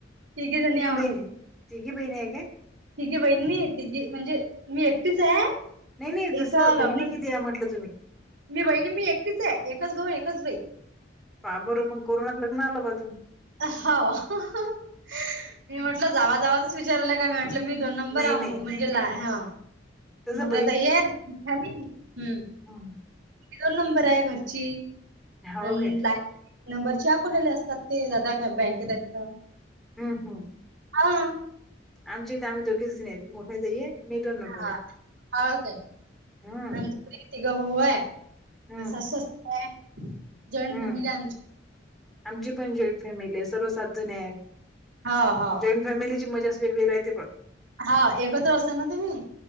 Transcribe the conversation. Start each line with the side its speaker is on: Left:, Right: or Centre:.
Right: तिघी जणी
Centre: तीन
Right: आहेत
Centre: बही
Right: आम्ही
Centre: तिघी बहिणी आहे काय
Right: तिघी बहिणी तिघी म्हणजे मी एकटीच आहे.
Centre: नाही नाही जसं
Right: इथं लग्न
Centre: बहिणी किती आहे? म्हटलं तुम्ही
Right: मी बहिणी मी एकटीच आहे. एकच भाऊन एकच बहीण
Centre: बरोबर मग कोरोना लग्न आलं ब
Right: हो <unintelligible> मी म्हटलं जावा जावाचच विचारलं काय म्हटलं मी दोन नंबर
Centre: नाही
Right: आ
Centre: नाही
Right: म्हणजे ला ह
Centre: तसं
Right: मोठ्या ताई आहेत हं
Centre: हा
Right: दोन नंबर आहे घरची
Centre: हो
Right: अन
Centre: काय
Right: लास्ट नंबरच्या आकोल्याला असतात ते दादा बँकेत आहेत
Centre: हं हं
Right: हा
Centre: आमची इथ आम्ही दोघेच जणी मोठी ताई आहे मी दोन नंबर
Right: हा
Centre: आहे
Right: के त
Centre: हम्म
Right: <inaudible> <unintelligible> ग होऊय
Centre: हम्म
Right: जॉईंट
Centre: हम्म
Right: फॅमिली आहे आमची
Centre: आमची पण जॉईंट फॅमिली आहे सर्व सात जणी आहे
Right: हा हा
Centre: जॉईंट फॅमिलीची मजाच वेगळी राहते पण
Right: हा एकत्र असताना तुम्ही